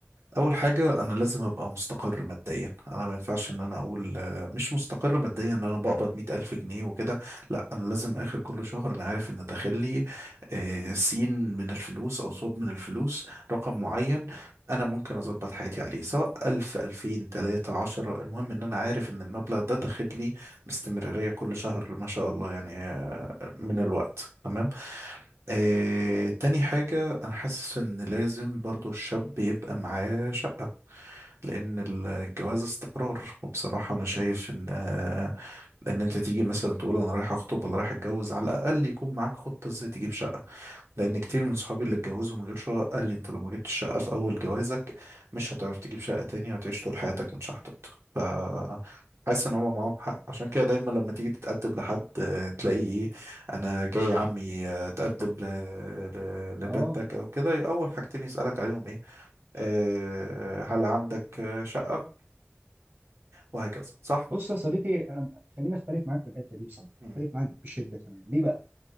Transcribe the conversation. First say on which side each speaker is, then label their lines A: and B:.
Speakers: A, on the right; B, on the right.
A: اول حاجه انا لازم ابقى مستقر ماديا انا ما ينفعش ان انا اقول آه، مش مستقر ماديا ان انا بقبض مئة الف جنيه وكده لا انا لازم اخر كل شهر انا عارف ان داخل لي آه، سين من الفلوس او صاد من الفلوس رقم معين انا ممكن اظبط حياتي عليه سواء الف الفين تلاتة عشرة المهم ان انا عارف ان المبلغ ده داخل لي باستمرارية كل شهر ما شاء الله يعني آه، من الوقت تمام آه، تاني حاجة أنا حاسس إن لازم برضو الشاب يبقى معاه شقة لان الجواز استقرار وبصراحه انا شايف ان آه، ان انت تيجي مثلا تقول انا رايح اخطب ولا رايح اتجوز على الاقل يكون معاك خطه ازاي تجيب شقه لان كتير من صحابي اللي اتجوزوا من غير شقه قال لي انت لو ما جبتش شقه في اول جوازك مش هتعرف تجيب شقه تانية وهتعيش طول حياتك متشحطط ف حاسس ان هم معاهم حق عشان كده دايما لما تيجي تتقدم لحد آه، تلاقيه ايه انا جاي عمي آه، اتقدم ل... ل... لبنتك
B: اه
A: او كده اول حاجتين يسالك عليهم إيه؟ آه، هل عندك آه، شقة وهكذا صح
B: بص يا صديقي انا خليني اختلف معاك في الحته دي بصراحه
A: مم.
B: اختلف معاك بشده كمان ليه بقى؟